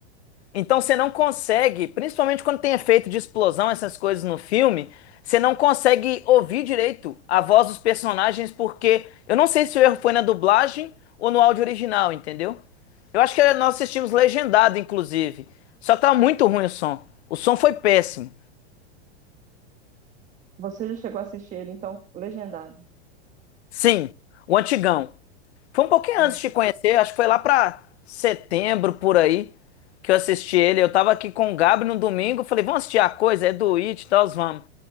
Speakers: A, on the left; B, on the right.
A: Então você não consegue, principalmente quando tem efeito de explosão, essas coisas no filme, você não consegue ouvir direito a voz dos personagens, porque eu não sei se o erro foi na dublagem ou no áudio original, entendeu? Eu acho que nós assistimos legendado, inclusive. Só tá muito ruim o som. O som foi péssimo.
B: Você já chegou a assistir ele, então, legendado.
A: Sim, o antigão. Foi um pouquinho
B: Pronto.
A: antes de te conhecer, acho que foi lá pra setembro por aí que eu assisti ele. Eu tava aqui com o Gabi no domingo, falei, vamos assistir a coisa, é do It, e tal, vamos.